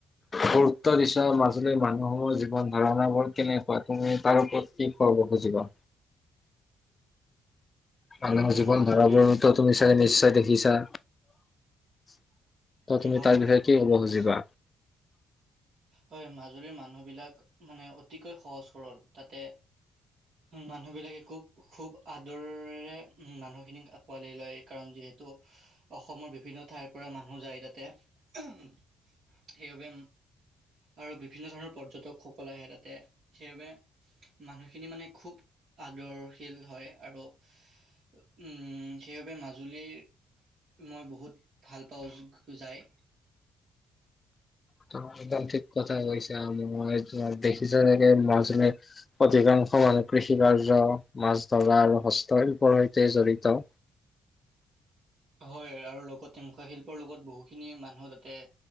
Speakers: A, on the left; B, on the right.
A: গুৰুত্ব দিছা মাজুলীৰ মানুহৰ জীৱন ধাৰণাবোৰ কেনেকুৱা তুমি তাৰ ওপৰত কি কব খুজিবা? মানুহৰ
B: উম
A: জীৱন
B: মাজুলীৰ
A: ধাৰাবোৰতো তুমি চাগে নিশ্চয় দেখিছা? <unintelligible> ত' তুমি
B: হয়
A: তাৰ
B: হয়
A: বিষয়ে কি ক'ব
B: মাজ
A: খুজিবা?
B: হয় মাজুলীৰ মানুহ বিলাক মানে অতিকৈ সহজ সৰল, তাতে মানুহ বিলাকে খুব খুব আদৰেৰে মানুহখিনিক আঁকোৱালি লয়, কাৰণ যিহেতু অসমৰ বিভিন্ন ঠাইৰ পৰা মানুহ যায় তা- তে। <inaudible> সেইবাবে আৰু বিভিন্ন ধৰণৰ পৰ্যটকসকল আহে তাতে সেইবাবে মানুহখিনি মানে খুব আদৰশীল হয় আৰু উম, সেইবাবে মাজুলীৰ মই বহুত ভাল পাওঁ যায়।
A: ত' একদম ঠিক কথা কৈছা মই তোমাৰ দেখিছোঁ যেনেকে মাজুলিত অধিকাংশ মানহ কৃষি কাৰ্য মাছ ধৰা আৰু হস্তশিল্পৰ সৈতে জড়িত।
B: হয় আৰু লগত মূখা শিল্পৰ লগত বহুখিনি মানুহ তাতে